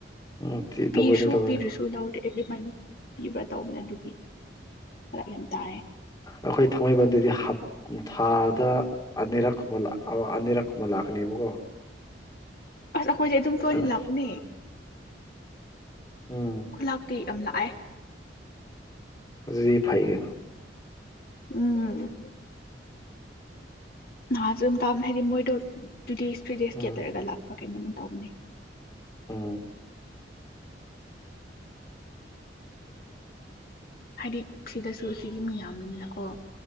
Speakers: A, on the left; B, on the left.
A: ꯎꯝ ꯊꯤ
B: ꯄꯤꯁꯨ
A: ꯇꯧꯕꯅꯦ ꯇꯧꯕꯅꯦ
B: ꯄꯤꯔꯁꯨꯗꯥꯎꯠ ꯑꯦꯕꯔꯤ ꯃꯅꯤ ꯄꯤꯕ꯭ꯔꯥ ꯇꯧꯕꯅ ꯑꯗꯨꯒꯤ ꯌꯥꯝ ꯇꯥꯏꯔ
A: ꯑꯩꯈꯣꯏ ꯊꯥꯡꯃꯩꯕꯟꯗꯨꯗꯤ ꯍꯞ ꯊꯥꯗ ꯑꯅꯤꯔꯛꯨꯝꯕ ꯑꯅꯤꯔꯛ ꯀꯨꯝꯕ ꯂꯥꯛꯀꯅꯦꯕꯀꯣ
B: ꯑꯁ ꯑꯩꯈꯣꯏꯁꯦ ꯑꯗꯨꯝ ꯐꯅꯤ
A: ꯑꯁ
B: ꯂꯥꯛꯅꯦ
A: ꯎꯝ
B: ꯈꯨꯣꯏꯂꯥꯛꯇꯤ ꯌꯥꯝ ꯂ ꯑ
A: ꯖꯤ ꯐꯥꯏꯒꯅ
B: ꯎꯝ ꯑ ꯑꯗꯨꯟ ꯀꯝ ꯍꯥꯏꯗꯤ ꯃꯣꯏ ꯇꯨ ꯗꯦꯁ ꯊ꯭ꯔꯤ ꯗꯦꯁ
A: ꯎꯝ
B: ꯀꯦꯇꯔꯒ ꯂꯥꯛꯄ ꯀꯩꯅꯣꯝꯃ ꯇꯧꯕꯅꯦ
A: ꯎꯝ
B: ꯍꯥꯏꯗꯤ ꯁꯤꯗꯁꯨ ꯁꯤꯗꯤ ꯃꯤ ꯌꯥꯝꯃꯤꯅꯤꯅꯀꯣ